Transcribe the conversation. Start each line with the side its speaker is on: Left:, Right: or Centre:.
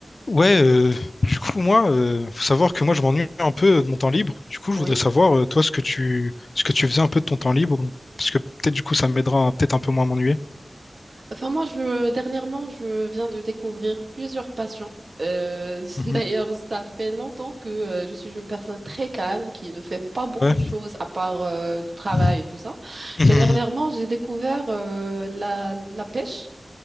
Left: Ouais, euh, du coup, moi, euh, faut savoir que moi, je m'ennuie un peu euh, de mon temps libre. Du coup, je
Right: Oui.
Left: voudrais savoir, euh, toi, ce que tu, ce que tu faisais un peu de ton temps libre, donc, parce que peut-être, du coup, ça m'aidera à peut-être un peu moins m'ennuyer.
Right: Enfin, moi, je, dernièrement, je viens de découvrir plusieurs passions. Euh, <laughs>
Left: Mhm.
Right: d'ailleurs, ça fait longtemps que euh, je suis une personne très calme qui ne fait pas beaucoup
Left: Ouais.
Right: de choses à part euh, le travail
Left: <laughs>
Right: et tout ça.
Left: Mhm.
Right: Mais dernièrement, j'ai découvert euh, la, la pêche,